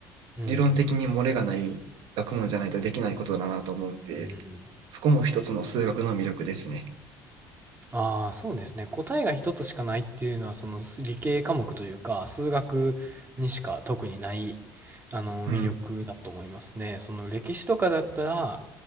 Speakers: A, on the right; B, on the right.
A: うん、
B: 理論的に漏れがない学問じゃないとできないことだなと思うんで、
A: うん。
B: そこも一つの数学の魅力ですね。
A: ああ、そうですね。答えが一つしかないっていうのは、その理系科目というか、数学にしか特にない、あの、
B: うん。
A: 魅力だと思いますね。その歴史とかだったら、